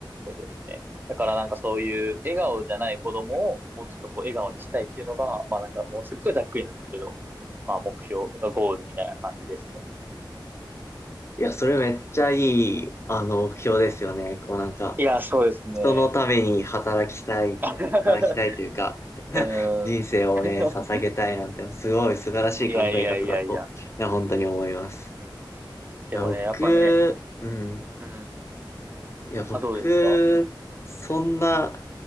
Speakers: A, on the right; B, on the left.
A: そうですね。だからなんかそういう笑顔じゃない子供をもうちょっとこう笑顔にしたいっていうのが、まあなんかもうすっごいざっくりなんですけど、まあ目標とかゴールみたいな感じですね。
B: いや、それめっちゃいい、あの、目標ですよね。こうなんか、
A: いや、そうですね。
B: 人のために働きたい、
A: <laughs>
B: 働きたいというか、<laughs>
A: うーん。
B: 人生をね、
A: <laughs>
B: 捧げたいなんて、すごい素晴らしい考え方だと、
A: いやいやいやいや。
B: いや、本当に思います。
A: うん。でもね、
B: いや、僕、
A: やっぱね、
B: うん。
A: うん。うん。
B: いや、僕、
A: あ、どうですかうん。
B: そんな、